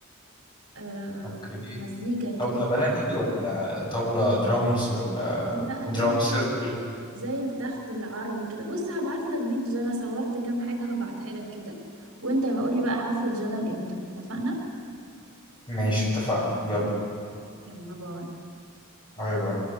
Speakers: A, on the right; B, on the left.
A: آه
B: اوكي
A: مزيكا كده
B: طبلة بلدي ولا طبلة درامز ولا
A: لا
B: درام
A: اللي هو
B: سيركل
A: زي زي التخت العربي كده بص هبعت لك فيديو زي انا صورت كام حاجة هبعتها لك كده وانت بقول لي بقى حفلة جدل امتى اتفقنا
B: ماشي اتفقنا يلا
A: يلا باي
B: باي باي